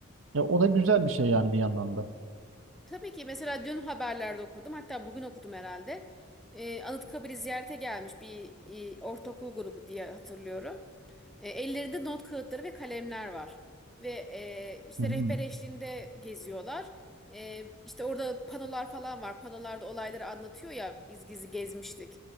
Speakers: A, on the right; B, in the centre.
A: Ya o da güzel bir şey yani bir yandan da.
B: Tabii ki mesela dün haberlerde okudum hatta bugün okudum herhalde. Ee, Anıtkabir'i ziyarete gelmiş bir e, ortaokul grubu diye hatırlıyorum. E, ellerinde not kağıtları ve kalemler var. Ve e, işte
A: Hı hı.
B: rehber eşliğinde geziyorlar. E, işte orada panolar falan var. Panolarda olayları anlatıyor ya biz gizli gezmiştik.